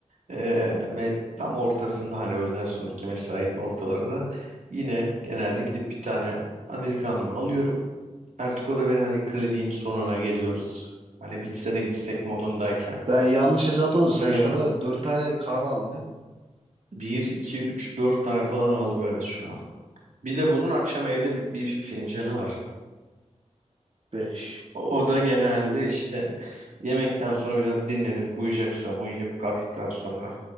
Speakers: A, on the right; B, on the right.
A: e, me- tam ortasında hani öğleden sonraki mesainin ortalarında yine genelde gidip bir tane Americano'mu alıyorum. Artık o da ve hani kliniğin sonuna geliyoruz. Hani bitse de gitsek modundayken.
B: Ben yanlış hesapladım.
A: Yapıyorum.
B: Sen şu ana kadar dört tane kahve aldın değil mi?
A: Bir iki üç dört tane falan aldım evet şu an. Bir de bunun akşam evde bir, bir fincanı var.
B: Beş.
A: O da genelde işte yemekten sonra biraz dinlenip uyuyacaksam uyuyup kalktıktan sonra